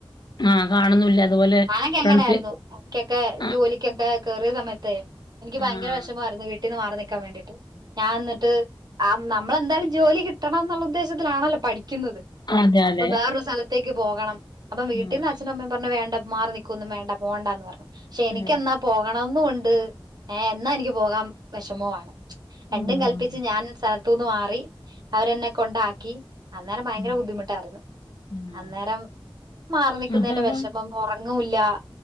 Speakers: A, on the left; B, on the right.
A: ആ കാണുന്നുല്ല. അതുപോലെ
B: ആയെങ്കിഅങ്ങനാര്ന്നു
A: ഫ്രണ്ട്സ്
B: ഒക്കെക്കെ
A: ആഹ്
B: ജോലിക്കൊക്കെ കേറിയ സമയത്ത്, എനിക്ക് ഭയങ്കര
A: ആഹ്
B: വിഷമായിമായിരുന്നു. വീട്ടിന്ന് മാറി നി ക്കാൻ വേണ്ടിട്ട്. ഞാന്നിട്ട്, നമ്മളെന്തായാലും ജോലി കിട്ടണം ന്നുള്ള ഉദ്ദേശത്തിലാണല്ലോപഠി ക്കുന്നത്
A: അതെ
B: അപ്പം
A: അതെ
B: വേറൊരു സ്ഥലത്തേക്ക് പോകണം അപ്പം വീട്ടീന്ന്
A: ആഹ്
B: അച്ഛനും അമ്മയും പറഞ്ഞു വേണ്ട മാറി നിക്കൊന്നും വേണ്ട. പോവണ്ടാന്ന് പറഞ്ഞു. ക്ഷെ എനിക്കന്നാ
A: ഉം
B: പോകണന്നു ണ്ട് ഏ എന്നാ എനിക്ക് പോകാൻ വിഷമൊ ആണ്
A: ഉം
B: രണ്ടും കല്പ്പിച്ച് ഞാൻ സ തൂന്നു മാറി അവരെന്നെ കൊണ്ടാക്കി അന്നേരം ഭയങ്കര
A: ഉം
B: ബുദ്ധിമുട്ടാരുന്നു.
A: ഉം
B: അന്നേരം മാറി നിക്കുന്നതിന്റെ
A: അപ്പൊ അപ്പം
B: വെഷമം ഉറങ്ങുല്ല